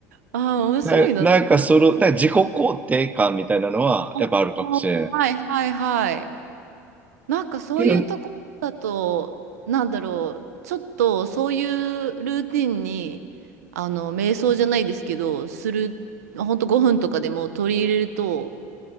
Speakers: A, on the right (about 80°); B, on the right (about 15°).
A: ああ、面白いな。
B: な、なんかその、
A: 確かに
B: なんか自己肯定感みたいなのはやっぱあるかもしれない。
A: おおはいはいはい。なんかそういうところだと、
B: けど、
A: なんだろう、ちょっとそういうルーティンに、あの、瞑想じゃないですけど、する、ほんと5分とかでも取り入れると、